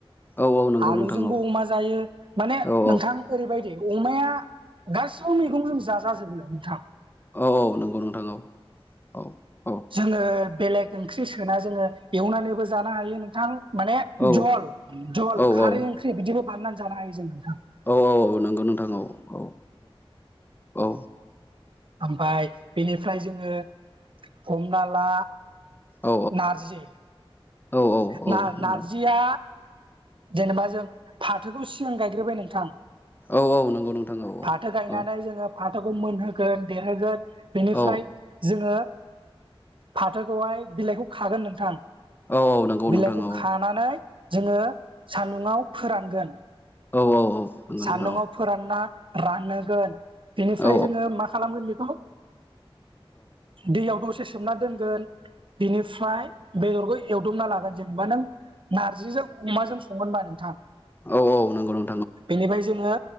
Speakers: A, on the left (about 20°); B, on the right (about 60°).
A: औ औ नंगौ
B: आलुजोंबो
A: नोंथां औ
B: अमा जायो, माने
A: औ
B: नोंथां ओरैबायदि अमाया गासिबो मैगंजों जाजाजोबोलाय नोंथां
A: औ औ नंगौ नोंथां औ औ
B: जोङो बेलेग ओंख्रि सोना जोङो एवनानैबो जानो हायो नोंथां माने
A: औ
B: ज'ल जल'ल
A: औ
B: खारै ओंख्रि बिदिबो बाननानै जानो हायो जों नोंथां।
A: औ औ औ नंगौ नोंथां औ औ औ।
B: ओमफ्राय बेनिफ्राय जोङो हमना ला
A: औ
B: नारजि
A: औ औ औ
B: ना
A: नोंथां
B: नारजिया जेनेबा जों फाथोखौ सिगां गायग्रोबाय नोंथां।
A: औ औ नंगौ नोंथां औ
B: फाथो गायनानै
A: औ
B: जोङो फाथोखौ मोनहोगोन देरहोगोन बेनिफ्राय
A: औ
B: जोङो फाथोखौहाय बिलाइखौ खागोन नोंथां।
A: औ औ नंगौ
B: बिलाइखौ
A: नोंथां औ
B: खानानै जोङो सान्दुङाव फोरानगोन।
A: औ औ औ। नंगौ नोंथां
B: सान्दुआव फोरानना रानोगोन बेनिफ्राय
A: औ
B: जोङो मा खालामगोन दैयाव दसे सोमना दोनगोन। बिनिफ्राय बेदरखौ एवदबना लागोन जेनेबा नों नार्जिजों अमाजों संगोनबा नोंथां।
A: औ औ नंगौ नं
B: बेनिफ्राय जोङो